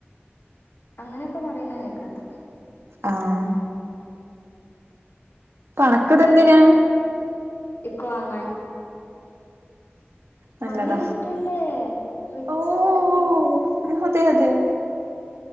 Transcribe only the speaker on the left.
അങ്ങനെയൊക്കെ പറയുന്ന കേക്കണ്ട്
ഇക്ക്‌വാങ്ങാൻ
മണി കിട്ടിയല്ലേ റിച്ചല്ലേ